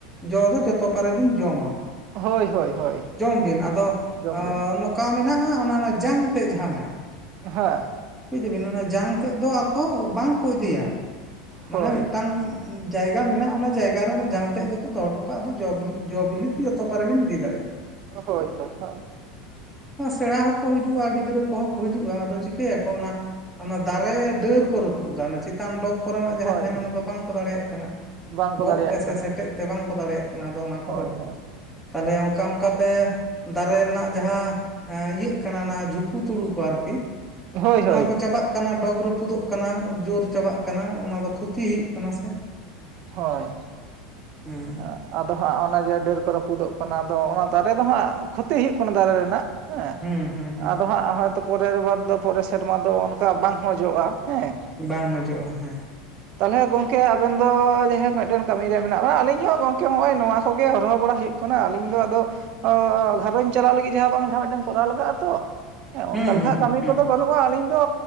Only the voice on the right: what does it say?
ᱦᱳᱭ ᱦᱳᱭ ᱦᱳᱭ᱾
ᱡᱚᱢ ᱵᱤᱱ
ᱦᱳᱭ ᱾
ᱦᱳᱭ
ᱦᱳᱭ ᱦᱳᱭ ᱦᱳᱭ᱾
ᱦᱳᱭ
ᱵᱟᱝᱠᱚ
ᱫᱟᱲᱮᱭᱟᱜ
ᱠᱟᱱᱟ
ᱦᱳᱭ
ᱦᱳᱭ
ᱦᱳᱭ
ᱦᱳᱭ
ᱦᱳᱭ,
ᱟᱸ᱾ ᱟᱫᱚ ᱦᱟᱸᱜ ᱚᱱᱮ ᱡᱮ ᱰᱟᱹᱨ ᱠᱚ ᱨᱟᱹᱯᱩᱫᱚᱜ ᱠᱟᱱᱟ ᱟᱫᱚ ᱚᱱᱟ ᱫᱟᱨᱮ ᱫᱚ ᱦᱟᱸᱜ ᱠᱷᱚᱛᱤ ᱦᱩᱭᱩᱜ ᱠᱟᱱᱟ ᱫᱟᱨᱮ ᱨᱮᱱᱟᱜ᱾ ᱦᱮᱸ,
ᱟᱫᱚ ᱦᱟᱸᱜ ᱦᱚᱭᱛᱚ ᱯᱚᱨᱮᱨ ᱵᱟᱨ ᱫᱚ ᱯᱚᱨᱮᱨ ᱥᱮᱨᱢᱟ ᱫᱚ ᱚᱱᱠᱟ ᱵᱟᱝ ᱦᱚᱸ ᱡᱚᱜᱼᱟ᱾ ᱦᱮᱸ,
ᱛᱟᱦᱚᱞᱮ ᱜᱚᱝᱠᱮ ᱟᱵᱮᱱ ᱫᱚ ᱡᱟᱭᱦᱳᱠ ᱢᱤᱫᱴᱮᱱ ᱠᱟᱹᱢᱤ ᱨᱮ ᱢᱮᱱᱟᱜ ᱢᱟ ᱟᱹᱞᱤᱧ ᱦᱚᱸ ᱜᱚᱝᱠᱮ ᱦᱚᱸᱜᱼᱚᱭ ᱱᱚᱣᱟ ᱠᱚᱜᱮ ᱦᱚᱨᱦᱚ ᱵᱟᱲᱟ ᱦᱩᱭᱩᱜ ᱠᱟᱱᱟ ᱟᱹᱞᱤᱧ ᱫᱚ ᱟᱫᱚ ᱜᱷᱟᱸᱨᱚᱧᱡᱽ ᱪᱟᱞᱟᱣ ᱞᱟᱹᱜᱤᱫ ᱡᱟᱦᱟᱸ ᱵᱟᱝ ᱡᱟᱦᱟᱸ ᱢᱤᱫᱴᱮᱱ ᱠᱚᱨᱟᱣ ᱞᱟᱜᱟᱜᱼᱟ ᱛᱚ ᱚᱱᱠᱟ
ᱞᱮᱠᱷᱟ
ᱠᱟᱹᱢᱤ
ᱠᱚᱫᱚ ᱵᱟᱹᱱᱩᱜᱼᱟ ᱟᱹᱞᱤᱧ ᱫᱚ